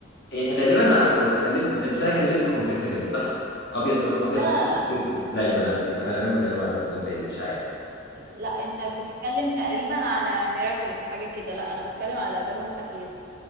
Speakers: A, on the left; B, on the right.
A: يعني غالبا عارفه هي بتبقى لب... لبسها كان لبس خنفسه كده صح ابيض ف... ابيض
B: لا
A: في احمر
B: لا لا
A: في اسود لا يبقى لا يبقى انا غالبا بتكلم على كرتون تاني مش عارف
B: لا انت بتتكلم تقريبا على ميراكولس حاجة كده لا انا بتكلم على ده مستحيل